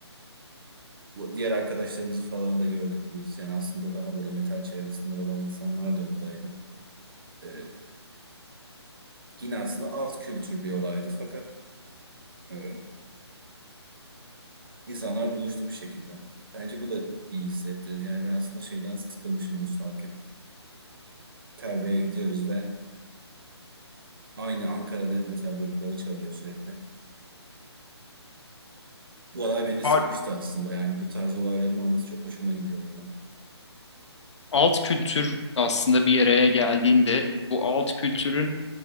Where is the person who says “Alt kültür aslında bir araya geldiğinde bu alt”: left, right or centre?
Left